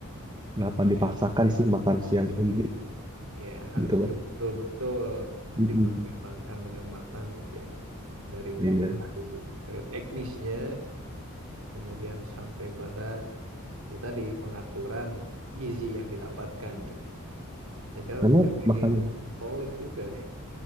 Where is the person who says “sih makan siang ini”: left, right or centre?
Right